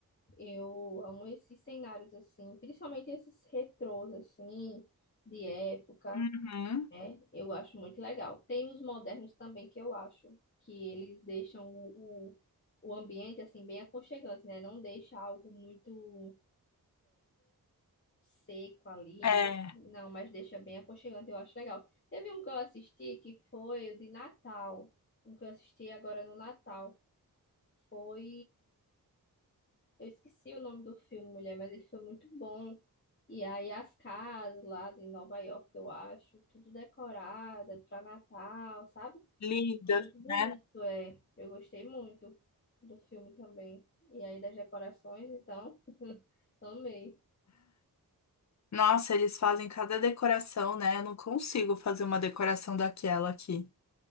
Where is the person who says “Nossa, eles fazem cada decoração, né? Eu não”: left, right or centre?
Left